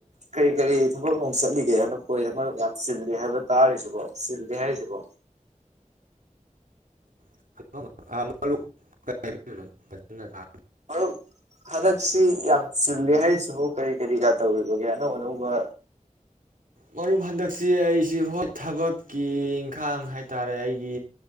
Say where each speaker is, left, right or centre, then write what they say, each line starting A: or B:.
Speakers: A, on the right; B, on the right.
A: ꯀꯔꯤ ꯀꯔꯤ ꯊꯕꯛꯅꯨꯡ ꯆꯠꯂꯤꯒꯦ ꯍꯟꯗꯛ ꯃꯔꯛ ꯌꯥꯝ ꯆꯤꯜꯂꯦ ꯍꯥꯏꯕ ꯇꯥꯔꯤꯁꯤꯕꯣ ꯆꯤꯜꯂꯦ ꯍꯥꯏꯔꯤꯁꯤꯕꯣ
B: <unintelligible>
A: ꯃꯔꯨꯞ ꯍꯟꯗꯛꯁꯤ ꯌꯥꯝ ꯆꯤꯂꯦ ꯍꯥꯏꯔꯤꯁꯤꯕꯨ ꯀꯔꯤ ꯀꯔꯤꯒ ꯇꯧꯔꯤꯕꯒꯦ ꯑꯅꯧ ꯑꯅꯧꯕꯥ
B: ꯃꯔꯨꯞ ꯍꯟꯗꯛꯁꯤ ꯑꯩꯁꯤ ꯍꯣ ꯊꯕꯛ ꯀꯤ ꯏꯪꯈꯥꯡ ꯍꯥꯏ ꯇꯥꯔꯦ ꯑꯩꯒꯤ